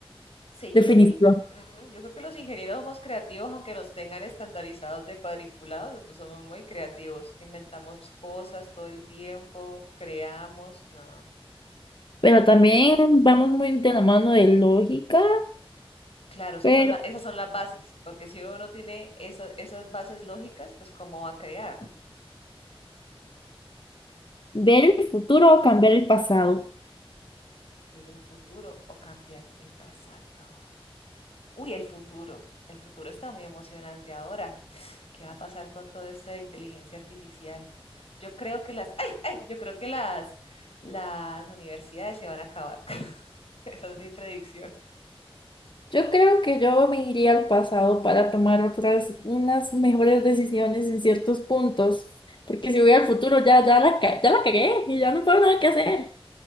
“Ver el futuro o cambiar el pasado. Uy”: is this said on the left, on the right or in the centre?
Left